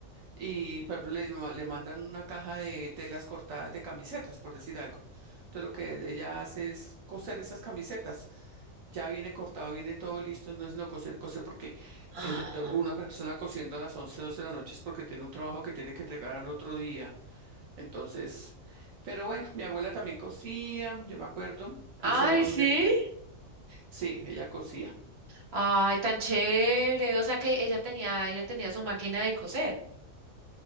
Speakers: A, on the right; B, on the right.
A: y por ejemplo le, ma- le mandan una caja de telas cortadas de camisetas, por decir algo. Entonces lo que ella hace es coser esas camisetas. Ya viene cortado, viene todo listo, no es sino coser, coser, porque
B: Ah.
A: es- eh, una persona cosiendo a las 11 12 de la noche es porque tiene un trabajo que tiene que entregar al otro día. Entonces, pero bueno, mi abuela también cosía, yo me acuerdo, de
B: Ay,
A: ese donde,
B: sí.
A: sí, ella cosía.
B: Ay, tan chévere. O sea que ella tenía, ella tenía su máquina de coser.